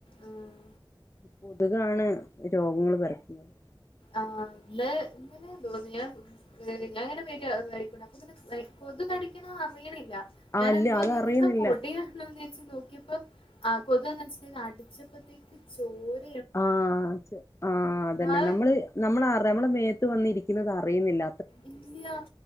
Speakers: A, on the left; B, on the left.
A: ഉം.
B: കൊതുക്കാണ് രോഗങ്ങള് പരത്തുന്നത്.
A: ആഹ് ഇവിടെ ഇന്നലെയാണ് തോന്നിയെ ഞാൻ ഇങ്ങനെ വരുക വഴിക്കൂടെ അപ്പൊ ഇങ്ങനെ കൊതു കടിക്കണേ അറിയണില്ല.
B: ആഹ്
A: ഞാൻ
B: ഇല്ല
A: എന്തോ
B: അതറിയുന്നില്ല
A: ഇതെന്താ പൊടിയാണോ. നോക്കിയപ്പോ കൊതുക്കാന്നുവെച്ചു അടിച്ചപ്പോഴത്തേക്ക് ചോര്.
B: ആഹ് ആഹ് അതന്നെ
A: ആഹ്
B: നമ്മള്. നമ്മളാറെ നമ്മളെ മേത്ത് വന്നിരിക്കു നതറിയുന്നില്ല
A: ഇല്ലിയ